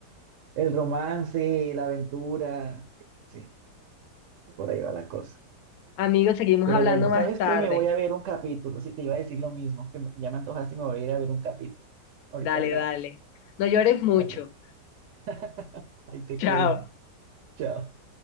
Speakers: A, on the right; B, on the left.
A: El romance, la aventura. Sí, por ahí va la cosa.
B: Amigos, seguimos
A: Pero
B: hablando
A: bueno,
B: más
A: ¿sabes
B: tarde.
A: qué? Me voy a ver un capítulo. Si te iba a decir lo mismo, que me- ya me antojaste y me voy a ir a ver un capítulo. Ahorita
B: Dale,
A: hablamos.
B: dale. No llores mucho.
A: Dale. <laughs> Ahí te
B: Chao.
A: cuento. Chao.